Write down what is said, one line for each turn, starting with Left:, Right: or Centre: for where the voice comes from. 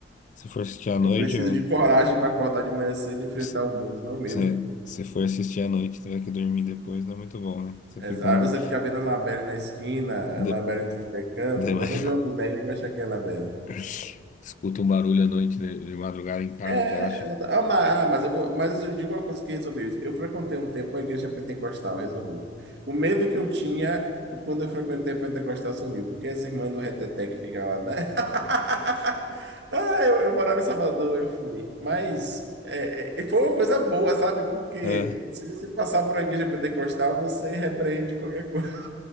Left: se for assistir à noite,
Right: Eu preciso
Left: é,
Right: de coragem para acordar de manhã cedo e enfrentar
Left: se,
Right: o mundo, não medo.
Left: se se for assistir à noite e tiver que dormir depois, não é muito bom, né? Você
Right: Exa-
Left: fica um...
Right: Aí você fica vendo a Annabelle na esquina, a
Left: De,
Right: Annabelle em tudo que é canto,
Left: de-
Right: não pode nem ver uma boneca que vai achar que é a Annabelle.
Left: <laughs> escuta um barulho à noite de, de madrugada em casa,
Right: É,
Left: já acha.
Right: exato. Ah, mas, ah, mas eu vou- mas eu digo uma coisa que resolveu isso. Eu frequentei um tempo a igreja pentecostal, resolveu. O medo que eu tinha quando eu frequentei a pentecostal sumiu, porque as irmãs do Reteté que ficam lá, né? <laughs> Ah, eu, eu morava em Salvador, eu fui. Mas é, é, foi uma coisa boa, sabe? Porque
Left: Ah,
Right: se você passar por uma igreja pentecostal, você repreende qualquer coisa.